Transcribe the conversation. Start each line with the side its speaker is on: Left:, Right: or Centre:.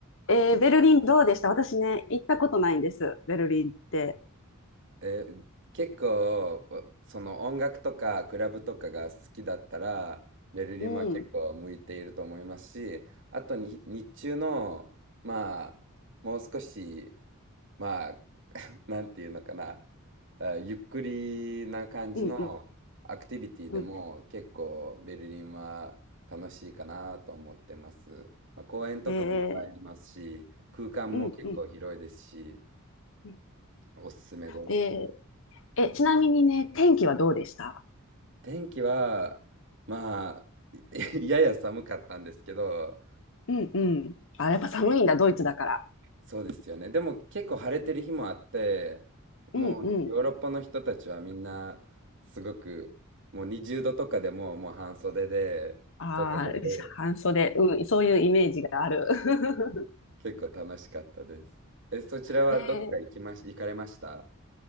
Left: えー、ベルリンどうでした私ね、行ったことないんです。ベルリンって。
Right: えー結構わその音楽とかクラブとかが好きだったらベルリンは結構向いていると思いますしあとに日中のまあもう少し
Left: うん。うん
Right: まあ <laughs> なんていうのかなあゆっくりな感じのアクティビティでも結構ベルリンは楽しいかなと思ってます、
Left: うんうん。
Right: まあ、公園とかもいっぱいありますし空間も結構広いですし
Left: えー、うんうんうん。
Right: おすすめです
Left: えー、え、ちなみにね、天気はどうでした
Right: 天気は、まあ、<laughs> やや寒かったんですけど、
Left: うんうん。あ、やっぱ寒いんだ、ドイツだから。
Right: そうですよね。でも結構晴れてる日もあって、もうヨーロッパの人たちはみんなすごくもう20度とかでもう、
Left: うんうん。
Right: もう半袖で外出て
Left: ああ、半袖、うん、そういうイメージがある。<laughs>
Right: 結構楽しかったです。え、そちらはどっか行きまし、
Left: えーっ
Right: 行かれました